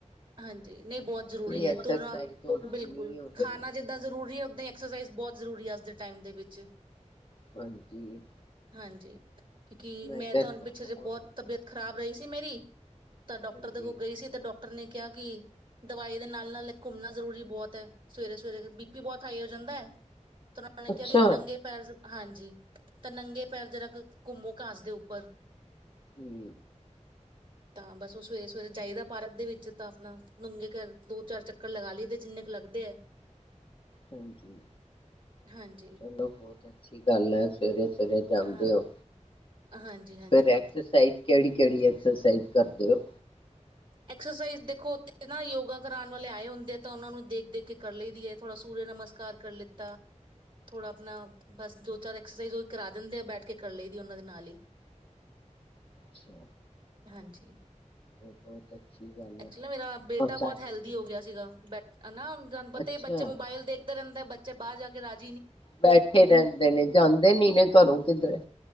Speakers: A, on the right; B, on the left.
A: ਹਾਂਜੀ ਨਹੀਂ ਬਹੁਤ ਜ਼ਰੂਰੀ ਹੈ
B: ਐਕਸਰਸਾਈਜ਼
A: ਤੁਰ
B: ਹੁੰਦੀ
A: ਬਿਲਕੁਲ
B: ਨਹੀਂ ਹੁੰਦੀ
A: ਖਾਣਾ ਜਿੱਦਾਂ ਜਰੂਰੀ ਹੈ ਓਦਾਂ ਹੀ ਐਕਸਰਸਾਈਜ਼ ਬਹੁਤ ਜ਼ਰੂਰੀ ਹੈ ਅੱਜ ਦੇ ਟਾਈਮ ਦੇ ਵਿੱਚ।
B: ਹਾਂਜੀ
A: ਹਾਂਜੀ ਕਿਉਂਕਿ ਮੈਂ
B: ਕਿਹਾ
A: ਤਾਂ ਹਣ ਪਿੱਛੇ
B: ਹੋਰ
A: ਜੇ ਬਹੁਤ ਤਬੀਅਤ ਖਰਾਬ ਰਹੀ ਸੀ ਤ ਮੇਰੀ। ਤਾਂ ਡਾਕਟਰ
B: ਹਾਂਜੀ
A: ਦੇ ਕੋਲ ਗਈ ਸੀ ਤੇ ਡਾ ਟਰ ਨੇ ਕਿਆ ਕਿ ਦਵਾਈ ਦੇ ਨਾਲ-ਨਾਲ ਘੁੰਮਣਾ ਜ਼ਰੂਰੀ ਬੌਤ, ਸਵੇਰੇ-ਸਵੇਰੇ ਬੀਪੀ ਬੌਤ ਹਾਈ ਹੋ ਜਾਂਦਾ। ਤੇ ਓਨਾ ਨੇ
B: ਅੱਛਾ
A: ਕਿਆ ਕਿ ਨੰਗੇ ਪੈਰ ਹਾਂਜੀ, ਤਾਂ ਨੰਗੇ ਪੈਰ ਜਰਾ ਕ ਘੁੰਮੋ ਘਾਸ ਦੇ ਉੱਪਰ।
B: ਹੂੰ
A: ਤਾਂ ਬਸ ਔ ਸਵੇਰੇ ਸਵੇਰੇ ਜਾਈਦੈ ਪਾਰਕ ਦੇ ਵਿੱਚ। ਤਾਂ ਆਪਣਾ ਨੰਗੇੇ ਘਰ ਦੋ ਚਾਰ ਚੱਕਰ ਲਗਾ ਲੀਦੇ ਜਿੰਨੇ ਕ ਲੱਗਦੇ ਐ।
B: ਹਾਂਜੀ,
A: ਹਾਂਜੀ
B: ਚਲੋ ਬੌਤ ਆ ਅਛੀ ਗੱਲ ਐ ਸਵੇਰੇ ਸਵੇਰੇ ਜਾਂਦੇ
A: ਹਾਂ
B: ਔ,
A: ਹਾਂਜੀ ਹਾਂਜੀ
B: ਫੇਰ ਐਕਸਰਸਾਈਜ਼ ਕੇੜੀ-ਕੇੜੀ ਹੈ ਐਕਸਰਸਾਈਜ਼ ਕਰਦੇ ਔ।
A: ਐਕਸਰਸਾਈਜ਼ ਦੇਖੋ ਔਥੇ ਨਾ ਯੋਗਾ ਕਰਾਣ ਵਾਲੇ ਆਏ ਹੋੰਦੇ ਐ ਤਾਂ ਔਨਾਂ ਨੂੰ ਦੇਖ ਦੇਖ ਕੇ ਕਰ ਲਈ ਦੀ ਐ, ਥੋੜ੍ਹਾ ਸੂਰਿਆ ਨਮਸਕਾਰ ਕਰ ਲਿੱਤਾ, ਥੋੜਾ ਅਪਣਾ ਬਸ ਦੋ ਚਾਰ ਐਕਸਰਸਾਈਜ਼ ਓਹੀ ਕਰਾ ਦਿੰਦੇ ਐ ਬੈਠ ਕੇ ਕਰ ਲਈ ਦੀ ਔਨਾਂ ਦੇ ਨਾਲ ਈ।
B: ਅੱਛਾ।
A: ਹਾਂਜੀ।
B: ਬਹੁਤ ਅੱਛੀ ਗੱਲ
A: ਐਕਚੁਲੀ
B: ਹੈ
A: ਨਾ ਮੇਰਾ ਬੇਟਾ
B: ਉਹ ਸਾਡੇ
A: ਬੌਤ ਹੈਲਦੀ
B: ਵੀ
A: ਹੋ ਗਿਆ ਸੀਗਾ ਬੈਠ ਅਨਾ ਤੁਹਾਨੂੰ ਪਤਾ
B: ਅੱਛਾ
A: ਈ ਏ ਬੱਚੇ ਮੋਬਾਇਲ
B: ਅੱਛਾ
A: ਦੇਖਦਾ ਰੈੰਦੇ ਬੱਚੇ ਬਾਰ ਜਾ ਕ <unintelligible>
B: ਬੈਠੇ ਰੈੰਦੇ ਨੇ ਜਾਂਦੇ ਨੀ ਨੇ ਘਰੋਂ ਕਿੱਧਰੇ।